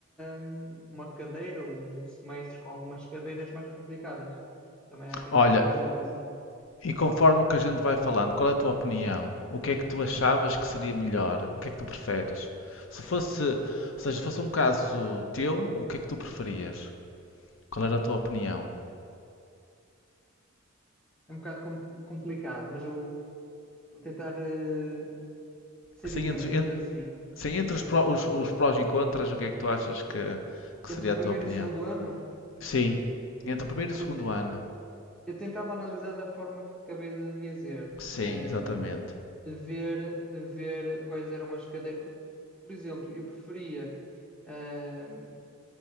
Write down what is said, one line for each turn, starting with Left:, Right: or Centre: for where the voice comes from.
Centre: hum, uma cadeira ou um semestre com algumas cadeiras mais complicadas. Também há quem,
Left: Olha,
Centre: quem agilize isso.
Left: e conforme o que a gente vai falando, qual é a tua opinião? O que é que tu achavas que seria melhor? O que é que tu preferes? Se fosse, ou seja, fosse um caso teu, o que é que tu preferias? Qual era a tua opinião?
Centre: É um bocado com- complicado, mas eu vou tentar eh, ser
Left: Assim,
Centre: isento,
Left: entre,
Centre: digamos
Left: en-
Centre: assim,
Left: sim, entre os, pró- os- os prós e contras, o que é que tu achas que, que
Centre: entre
Left: seria
Centre: o
Left: a tua
Centre: primeiro
Left: opinião?
Centre: e o segundo ano,
Left: Sim, entre o primeiro e o
Centre: eu,
Left: segundo
Centre: te-
Left: ano.
Centre: Eu tentava analisar da forma que acabei de dizer,
Left: Sim,
Centre: hum,
Left: exatamente.
Centre: de ver, de ver quais eram as cadeiras, porque, por exemplo, eu preferia. hum,